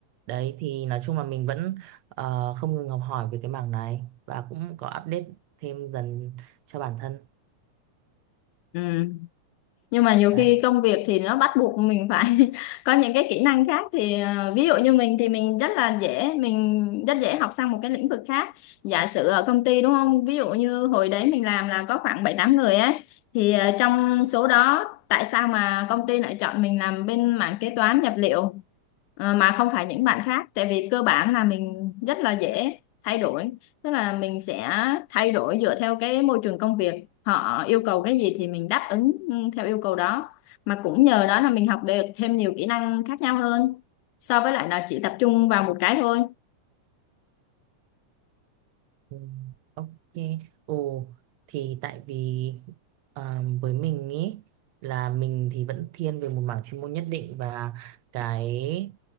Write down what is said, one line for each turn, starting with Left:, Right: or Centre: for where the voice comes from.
Right: đấy thì nói chung là mình vẫn ờ, không ngừng học hỏi về cái mảng này và cũng có update thêm dần cho bản thân
Left: Ừ. nhưng mà nhiều
Right: đấy
Left: khi công việc thì nó bắt buộc mình phải <laughs> có những cái kỹ năng khác thì ờ, ví dụ như mình thì mình rất là dễ mình rất dễ học sang một cái lĩnh vực khác giả sử ở công ty đúng không ví dụ như hồi đấy mình làm là có khoảng bảy tám người ấy thì ờ, trong số đó tại sao mà công ty lại chọn mình làm bên mảng kế toán nhập liệu ờ, mà không phải những bạn khác tại vì cơ bản là mình rất là dễ thay đổi tức là mình sẽ thay đổi dựa theo cái môi trường công việc họ yêu cầu cái gì thì mình đáp ứng ừ, theo yêu cầu đó mà cũng nhờ đó là mình học được thêm nhiều kỹ năng khác nhau hơn so với lại là chỉ tập trung vào một cái thôi
Right: Ừ, Ok. Ồ thì tại vì à, với mình ý là mình thì vẫn thiên về một mảng chuyên môn nhất định và cái